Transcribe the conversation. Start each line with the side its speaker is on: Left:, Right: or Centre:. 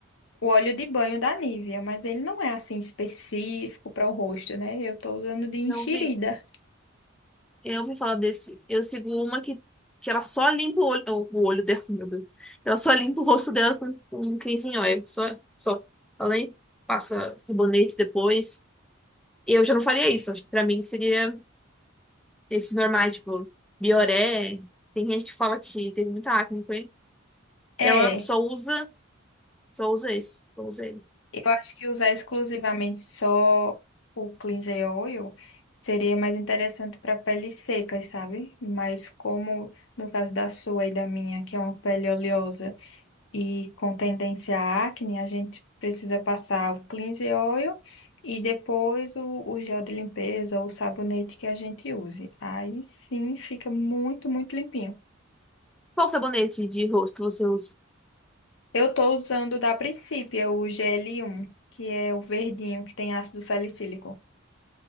Left: o óleo de banho da Nivea, mas ele não é assim específico para o rosto, né? Eu tô usando de enxerida.
Centre: Eu vi. Eu ouvi falar desse. Eu sigo uma que, que ela só limpa o olho, o olho dela, <laughs> meu Deus. Ela só limpa o rosto dela com, com cleanse em óleo. Só, só. Ela nem passa sabonete depois. Eu já não faria isso. Acho que pra mim seria esses normais, tipo, Bioré. Tem gente que fala que teve muita acne com ele.
Left: É,
Centre: Ela só usa, só usa esse. Só usa ele.
Left: eu acho que usar exclusivamente só o cleanser oil seria mais interessante para peles secas, sabe? Mas como no caso da sua e da minha, que é uma pele oleosa. e com tendência à acne, a gente precisa passar o cleanse oil e depois o, o gel de limpeza ou o sabonete que a gente use. Aí sim fica muito, muito limpinho.
Centre: Qual sabonete de rosto você usa?
Left: Eu tô usando da Principia o GL1, que é o verdinho que tem ácido salicílico.